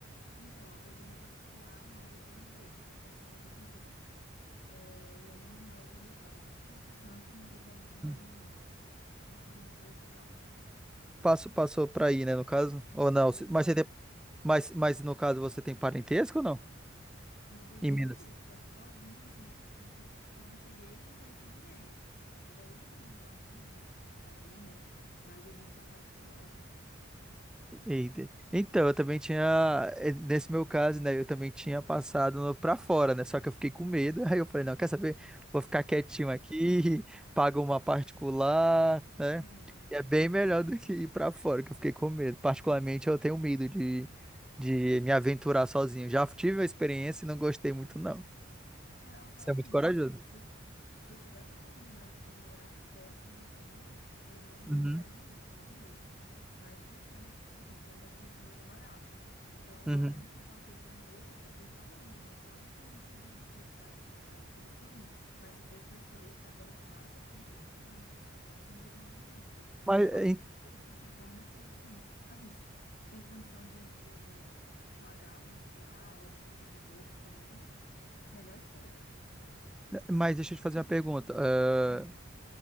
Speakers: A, on the left; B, in the centre.
A: Então, eu tô numa particular, mas eu tenho bolsa de cinquenta por cento É, e eu não moro no meu estado. Eu sou do Espírito Santo, mas atualmente eu moro
B: Hum.
A: em Minas, justamente para estudar.
B: Passo, passou para aí, né, no caso? Ou não?
A: Passei para
B: Mas
A: aí.
B: você tem, mas, mas no caso você tem parentesco ou não?
A: Não tem nenhum
B: Em Minas?
A: parentesco. Estou aqui sozinha, não conheço, não con- quando eu cheguei, não conheci ninguém. Mas hoje eu tenho meus amigos, ainda bem, né? Mas eu vim com a cara de coragem.
B: Eita. Então, eu também tinha, eh, nesse meu caso, né, eu também tinha passado no- pra fora, né, só que eu fiquei com medo, <laughs> aí eu falei, não, quer saber? Vou ficar quietinho aqui, <laughs> pago uma particular, né,
A: Aham.
B: e é bem melhor do que ir pra fora, que eu fiquei com medo. Particularmente, eu tenho medo de, de me aventurar sozinho. Já tive a experiência e não gostei muito, não.
A: É, Ela fala
B: Você é
A: assim,
B: muito corajoso.
A: se eu, se eu, se eu tivesse a oportunidade de morar perto da minha família, eu não mudaria
B: Uhum,
A: isso, não mesmo. Mas por ser uma, tipo assim, faculdade de medicina não é barato. Então,
B: uhum.
A: a única que eu passei com bolsa foi pra longe, né? Então, eu não podia desperdiçar essa oportunidade, por isso que eu vim. Mas se fosse pra escolher ficar perto de casa, com certeza, não, não teria nem dúvida.
B: Mas,
A: Então, eu
B: eh,
A: acho que você, de certa forma, fez sim. Assim, se se tem condição de, de pagar particular ou conseguir bolsa também, melhor escolha.
B: mas deixa eu te fazer uma pergunta. eh,
A: Hum,